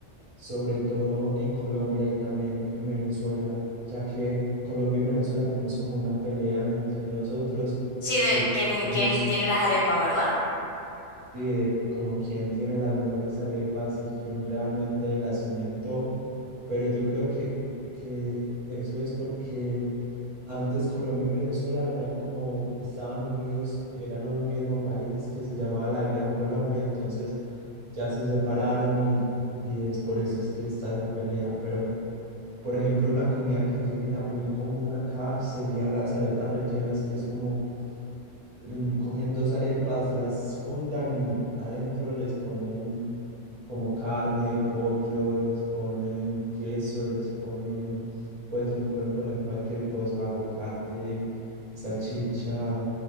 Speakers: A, on the right; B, on the left.
A: sobre todo en Colombia y también en Venezuela, ya que Colombia y Venezuela tenemos como una pelea entre nosotros
B: Sí, de
A: que
B: quien,
A: Venezuela
B: quien tiene las arepas, ¿verdad?
A: Sí, de como quién tiene las mejores arepas y quién realmente las inventó, pero yo creo que, que eso es porque antes Colombia y Venezuela eran como, estaban unidos, eran un mismo país que se llamaba la Gran Colombia, entonces ya se separaron y, y es por eso es que está esa pelea, pero por ejemplo una comida callejera muy común acá serían las arepas rellenas, que es como mm, cogen dos arepas, las juntan y adentro les ponen como carne, pollo, les ponen queso, les ponen, pues le pueden poner cualquier cosa, aguacate, salchicha,